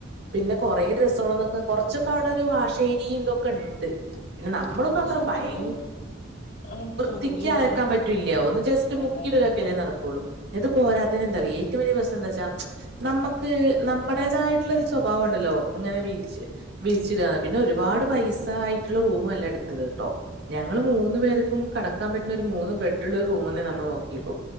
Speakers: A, on the right; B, on the left.
A: പിന്നെ കൊറേ രസൾ എന്നൊക്കെ കൊറ- കുറച്ചൊക്കെ ഔടെ ഒരു വാശരിയും എന്തൊക്കെ ഉണ്ട് പിന്നെ നമ്മളൊന്ന
B: ആഹ് പക്ഷെ
A: അത്ര
B: നമ്മക്ക്
A: ഭയ-
B: അങ്ങനെ
A: വൃത്തിക്ക്
B: തോന്നൂലല്ലോ
A: അതക്കാൻ പറ്റൂല്ലയോ ഒന്ന് ജസ്റ്റ് മുക്കിതാക്കലെ
B: അതാണ്
A: നടക്കയുള്ളൂ ഇത്
B: ആഹ്
A: പോരാത്തനെ എന്താറിയോ റ്റ വലിയ പ്രശ്നം എന്താ വെച്ചാ നമ്മുക്ക് നമ്മുടേതായിട്ടുള്ള ഒരു സ്വഭാവം ണ്ടല്ലോ ഇങ്ങനെ വീഴച്ച് വിഴിച്ചിട്ടന്ന പിന്നെ ഒരുപാട് പൈസ ആയി <unintelligible> റൂമല്ല എടുത്തത് കേട്ടോ ഞങ്ങള്
B: ആഹ് ആഹ്
A: മൂന്നു പേർക്കും കിടക്കാൻ പറ്റുന്ന ഒരു മൂന്ന് ബെഡുള്ള ഒരു റൂമ് തന്നെ നമ്മൾ നോക്കിയുള്ളൂ